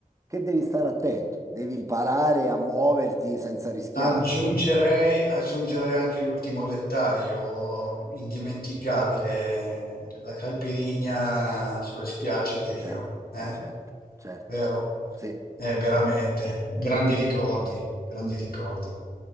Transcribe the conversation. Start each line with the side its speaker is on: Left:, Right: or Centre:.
Right: che devi stare attento, devi imparare a muoverti senza rischiare.
Left: Aggiungerei, aggiungerei anche l'ultimo dettaglio indimenticabile, la caipirinha sulle spiagge di Rio,
Right: Certo,
Left: eh?
Right: eh, certo, certo.
Left: Vero?
Right: Sì,
Left: Eh, veramente,
Right: sì.
Left: grandi ricordi, grandi ricordi.